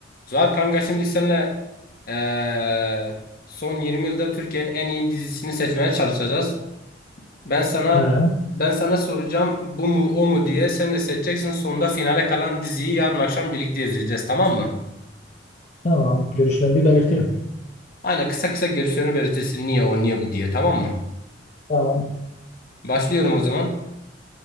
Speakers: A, on the left; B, on the left.
A: Zuhat kanka şimdi seninle eee, son 20 yılda Türkiye'nin en iyi dizisini seçmeye çalışacağız. Ben sana
B: He,
A: ben sana soracağım bu mu o mu diye sen de seçeceksin. Sonunda finale kalan diziyi yarın akşam birlikte izleyeceğiz tamam mı?
B: tamam. Görüşlerini belirtirim.
A: Aynen kısa kısa görüşlerini belirtirsin niye o niye bu diye tamam mı?
B: Tamam.
A: Başlıyorum o zaman.